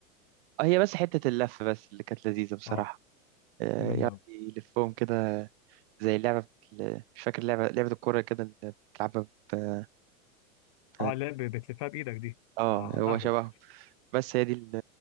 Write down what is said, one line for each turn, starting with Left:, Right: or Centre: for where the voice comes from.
Right: آه، هي بس حتة اللف بس اللي كانت لذيذة بصراحة
Left: اه
Right: آه،
Left: جامده
Right: يقعد
Left: قوي
Right: يلفهم كده زي اللعبة بال- مش فاكر لعبة لعبة الكورة كده اللي بتلعبها ب... ب...
Left: اه لا ب- بتلفها بايدك دي
Right: اه
Left: آه على
Right: هو
Left: القهوه
Right: شبههم بس هي دي ال-